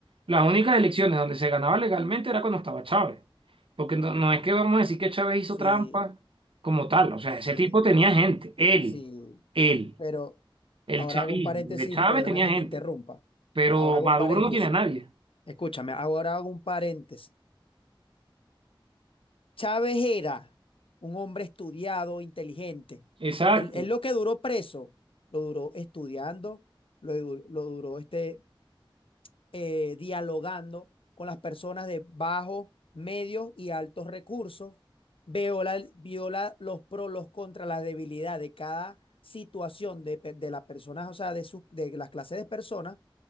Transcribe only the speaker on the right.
Las únicas elecciones donde se ganaba legalmente era cuando estaba Chávez. Porque no, no es que vamos a decir que Chávez
hizo trampa como tal. O sea,
ese tipo tenía gente. Él,
él,
el
chavismo
de Chávez
tenía
gente.
Pero
Maduro
no tiene a nadie.
Exacto.